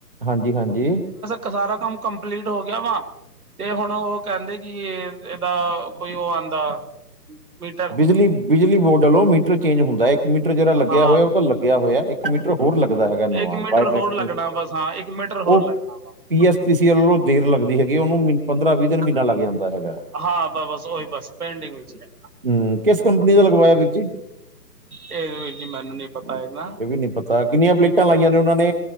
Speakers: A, on the right (about 35°); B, on the right (about 60°).
A: ਹਾਂਜੀ-ਹਾਂਜੀ।
B: ਕੇ ਸਾਰਾ ਕੰਮ ਕੰਪਲੀਟ ਹੋ ਗਿਆ ਵਾ। ਤੇ ਹੁਣ ਉਹ ਕਹਿੰਦੇ ਕਿ, ਇਹਦਾ ਕੋਈ ਉਹ ਆਂਦਾ <inaudible>
A: ਬਿਜਲੀ-ਬਿਜਲੀ ਬੋਡ ਅੱਲੋਂ ਮੀਟਰ ਚੇਂਜ ਹੁੰਦਾ। ਇੱਕ ਮੀਟਰ ਜਿਹੜਾ ਲੱਗਿਆ
B: ਹਾਂ
A: ਹੋਇਆ ਉਹ ਤਾਂ ਲੱਗਿਆ ਹੋਇਆ। ਇੱਕ ਇੱਕ ਮੀਟਰ ਹੋਰ ਲੱਗਦਾ ਹੈਗਾ। ਨਵਾਂ
B: ਇੱਕ ਮੀਟਰ
A: ਬਾਇਓਟੈਕਨਲ
B: ਹੋਰ ਲੱਗਣਾ
A: ਮੀਟਰ।
B: ਬਸ ਹਾਂ ਇੱਕ ਮੀਟਰ ਹੋਰ
A: ਉਹ
B: ਲੱਗਣਾ ਵਾ
A: ਪੀ ਐਸ ਪੀ ਸੀ ਅਲੋ ਦੇਰ ਲਗਦੀ ਹੈਗੀ। ਉਹਨੂੰ ਮ ਪੰਦਰਾਂ-ਵੀਹ ਦਿਨ, ਮਹੀਨਾ ਲੱਗ ਜਾਂਦਾ ਹੈਗਾ।
B: ਹਾਂ, ਬ-ਬਸ ਉਹੀ ਬਸ, ਪੇਡਿੰਗ ਵਿੱਚ ਈ ਰਹਿ
A: ਹਮ, ਕਿਸ ਕੰਪਨੀ ਦਾ ਲਗਵਾਇਆ ਵੀਰ ਜੀ।
B: ਇਹ ਵੀਰ ਜੀ ਮੈਨੂੰ ਨੀ ਪਤਾ ਏ ਨਾ।
A: ਇਹ ਵੀ ਨਹੀਂ ਪਤਾ ਕਿੰਨੀਆਂ ਪਲੇਟਾਂ ਲਾਈਆਂ ਨੇ ਉਹਨਾਂ ਨੇ